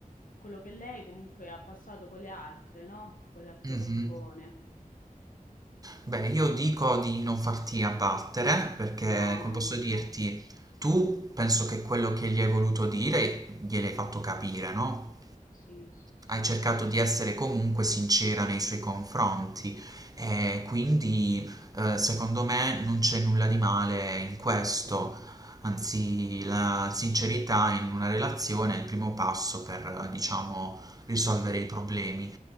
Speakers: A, on the left; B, on the right.
A: quello che lei comunque ha passato con le altre, no? Con le altre
B: Mh-mh.
A: persone.
B: Beh, io dico di non farti abbattere perché,
A: No, no.
B: come posso dirti,
A: no.
B: tu penso che quello che gli hai voluto dire gliel'hai fatto capire, no?
A: Sì, sì, sì.
B: Hai cercato di essere comunque sincera nei suoi confronti e quindi, ehm, secondo me non c'è nulla di male in questo. Anzi, la sincerità in una relazione è il primo passo per, diciamo, risolvere
A: Mm, mm,
B: i problemi.